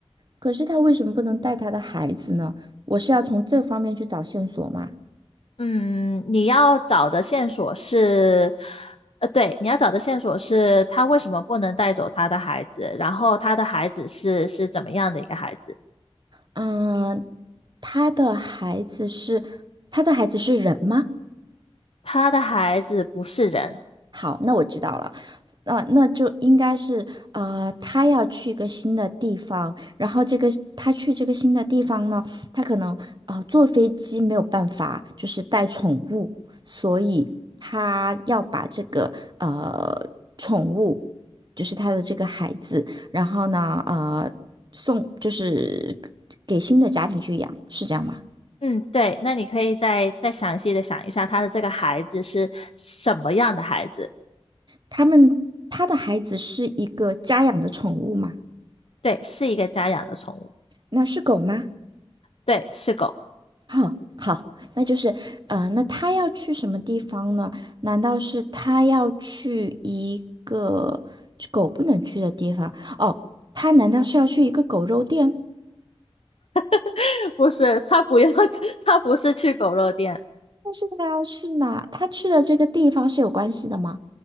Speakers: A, on the right; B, on the left.
A: 可是他为什么不能带他的孩子呢？我是要从这方面去找线索嘛？
B: 嗯，你要找的线索是，呃，对，你要找的线索是他为什么不能带走他的孩子，然后他的孩子是是怎么样的一个孩子？
A: 嗯、他的孩子是，他的孩子是人吗？
B: 他的孩子不是人。
A: 好，那我知道了。那、那就应该是呃，他要去一个新的地方，然后这个他去这个新的地方呢，他可能呃坐飞机没有办法，就是带宠物，所以他要把这个呃宠物，就是他的这个孩子，然后呢呃送就是给新的家庭去养，是这样吗？
B: 嗯，对，那你可以再再详细的想一下，他的这个孩子是什么样的孩子？
A: 他们他的孩子是一个家养的宠物吗？
B: 对，是一个家养的宠物，
A: 那是狗吗？
B: 对，是狗，
A: 哼，好，那就是，呃，那他要去什么地方呢？难道是他要去一个狗不能去的地方？哦，他难道是要去一个狗肉店？
B: <laughs> 不是，他不要去，<laughs> 他不是去狗肉店，
A: 但是他要去哪？他去的这个地方是有关系的吗？